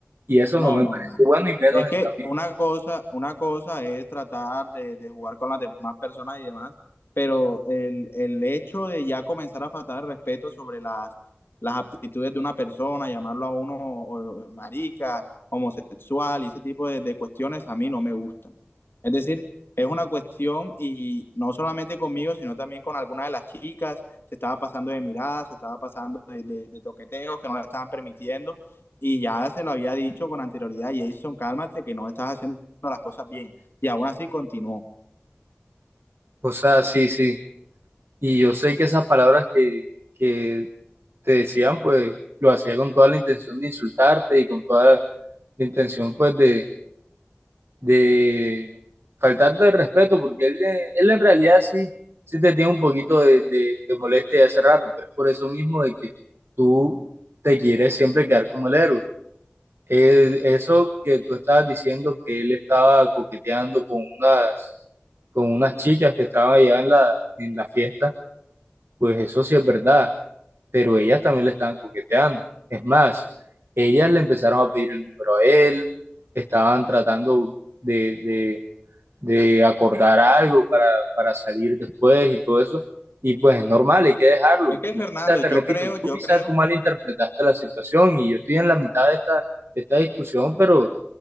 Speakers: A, on the right; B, on the left.
A: y eso
B: No,
A: no me
B: no,
A: parece
B: no.
A: bueno y menos
B: Es que
A: en tu amigo.
B: una cosa, una cosa es tratar de, de jugar con las demás personas y demás, pero el, el hecho de ya comenzar a faltar el respeto sobre las, las aptitudes de una persona, llamarlo a uno o- o marica, homosexual y ese tipo de, de cuestiones a mí no me gustan. Es decir, es una cuestión y no solamente conmigo, sino también con algunas de las chicas, se estaba pasando de miradas, se estaba pasando de, de de toqueteos que no le estaban permitiendo y ya se lo había dicho con anterioridad, Jason, cálmate que no estás haciendo las cosas bien. Y aún así continuó.
A: O sea, sí, sí. Y yo sé que esas palabras que, que te decían, pues lo hacía con toda la intención de insultarte y con toda la intención, pues, de, de faltarte el respeto, porque él, de- él en realidad sí, sí te tiene un poquito de, de, de molestia de hace rato, pero es por eso mismo de que tú te quieres siempre quedar como el héroe. Eh, eso que tú estabas diciendo que él estaba coqueteando con unas, con unas chicas que estaban allá en la, en la fiesta. Pues eso sí es verdad, pero ellas también le estaban coqueteando. Es más, ellas le empezaron a pedir el número a él, estaban tratando de, de- de acordar algo para, para salir después y todo eso. Y pues es normal, hay que dejarlo.
B: Es que Fernando,
A: Ya Te
B: yo
A: repito,
B: creo, yo
A: tú quizás
B: creo,
A: tú malinterpretaste la situación y yo estoy en la mitad de esta, de esta discusión, pero,